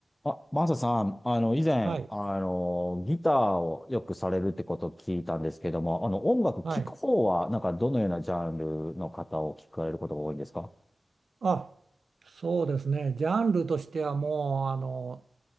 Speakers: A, on the left (about 20°); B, on the right (about 75°).
A: あ、マサさん、あの、以前、
B: はい、
A: あの、ギターをよくされるってことを聞いたんですけども、あの、音楽聴く方は、
B: はい。
A: なんか、どのようなジャンルの方を聞かれることが多いんですか
B: あ、そうですね。ジャンルとしてはもう、あの、